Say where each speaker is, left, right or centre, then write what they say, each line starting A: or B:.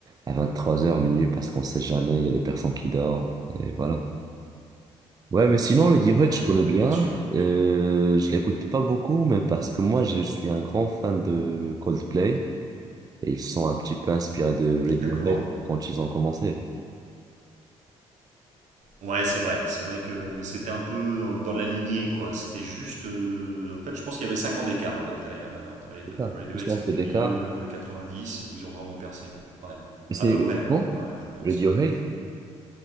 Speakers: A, on the right; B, on the right.
A: à 23 heures minuit, parce qu'on sait
B: Mhm.
A: jamais, il y a des personnes qui dorment, et voilà. Ouais, mais sinon, le D-Hut,
B: Oui,
A: je connais
B: non,
A: bien.
B: mais bien sûr, bien
A: Euh,
B: sûr.
A: je l'écoute pas beaucoup, mais parce que moi, je suis un grand fan de Coldplay, et ils sont un petit peu inspirés de Radiohead
B: D'accord.
A: quand ils ont commencé.
B: Ouais, c'est vrai. C'est vrai que c'était un peu dans, dans la lignée, quoi. C'était juste. euh, En fait, je pense qu'il y avait 5 ans d'écart à peu près euh, entre les
A: C'est
B: deux.
A: ça,
B: Radiohead,
A: juste un
B: c'était
A: peu d'écart.
B: milieu euh, dix où ils ont vraiment percé. Ouais.
A: Et C'est
B: À peu près, ouais.
A: bon,
B: Ouais, je pense.
A: Radiohead,